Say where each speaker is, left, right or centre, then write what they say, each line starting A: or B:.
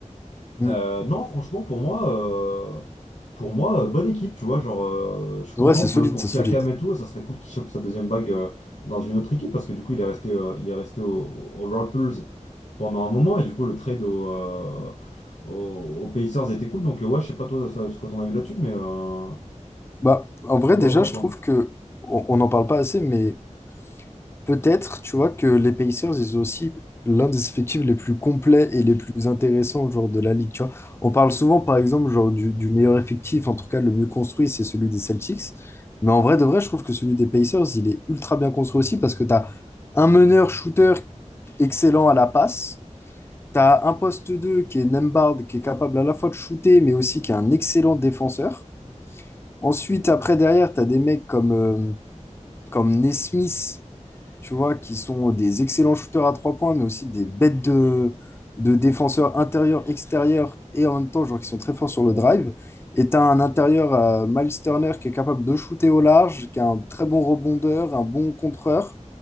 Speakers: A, on the left (about 20°); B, on the left (about 70°).
A: Mm.
B: Euh, non, franchement, pour moi, euh, pour moi, euh, bonne équipe, tu vois. Genre, euh, je suis content,
A: Ouais, c'est solide,
B: même pour
A: c'est
B: Siakam
A: solide.
B: et tout, ça serait cool qu'il chope sa deuxième bague euh, dans une autre équipe parce que du coup, il est resté, euh, il est resté au, au Raptors pendant un moment et du coup, le trade au, euh, au- aux Pacers était cool. Donc, euh, ouais, je sais pas toi ça- ce que t'en as vu là-dessus, mais, euh,
A: Bah, en vrai,
B: mais
A: déjà,
B: ouais, voilà
A: je
B: quoi.
A: trouve que on n'en parle pas assez, mais peut-être, tu vois, que les Pacers, ils ont aussi l'un des effectifs les plus complets et les plus intéressants, genre, de la ligue, tu vois. On parle souvent, par exemple, genre, du, du meilleur effectif, en tout cas, le mieux construit, c'est celui des Celtics. Mais en vrai, de vrai, je trouve que celui des Pacers, il est ultra bien construit aussi parce que tu as un meneur-shooter excellent à la passe. Tu as un poste 2 qui est Nembhard, qui est capable à la fois de shooter, mais aussi qui est un excellent défenseur. Ensuite, après, derrière, tu as des mecs comme euh, comme Nesmith, tu vois, qui sont des excellents shooters à trois points, mais aussi des bêtes de, de défenseurs intérieurs, extérieurs, et en même temps, genre, qui sont très forts sur le drive. Et tu as un intérieur, euh, Miles Turner, qui est capable de shooter au large, qui a un très bon rebondeur, un bon contreur.